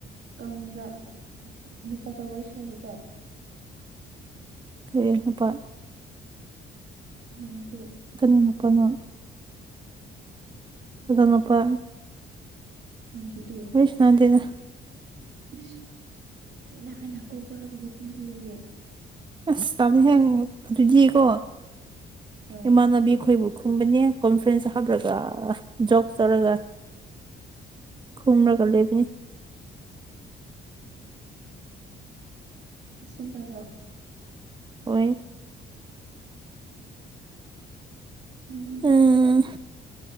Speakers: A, on the right; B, on the right.
A: ꯀꯥꯡꯗ ꯅꯨꯨꯄꯥꯒ ꯋꯥꯔꯤ ꯁꯥꯔꯨꯕ꯭ꯔꯣ?
B: ꯍꯦ ꯅꯨꯄꯥ꯫
A: ꯅꯪꯗꯨꯣ꯫
B: ꯀꯅꯥꯢ ꯅꯨꯄꯥꯅꯣ ꯀꯅꯥ ꯅꯨꯄꯥ?
A: ꯅꯪꯒꯤꯗꯣ꯫
B: ꯋꯥꯔꯤ ꯁꯥꯅꯗꯦꯗ꯫
A: ꯑꯁ ꯁꯤ ꯑꯩꯅ ꯀꯣꯜ ꯇꯧꯔꯒ ꯋꯦꯇꯤꯡ ꯂꯩꯌꯦ꯫
B: ꯑꯁ ꯇꯥꯅꯤ ꯍꯦꯡ ꯑꯗꯨꯗꯤꯀꯣ
A: ꯍꯣꯏ
B: ꯏꯃꯥꯟꯅꯕꯤ ꯑꯩꯈꯣꯏꯕꯨ ꯈꯨꯝꯕꯅꯦ ꯀꯣꯟꯐꯔꯦꯟꯁ ꯍꯥꯕꯂꯒ ꯖꯣꯛꯁ ꯆꯠꯂꯒ ꯈꯨꯃꯔꯒ ꯂꯩꯕꯅꯦ
A: ꯁꯤꯝꯚꯔꯣ
B: ꯍꯣꯏ
A: ꯎꯝ
B: ꯑ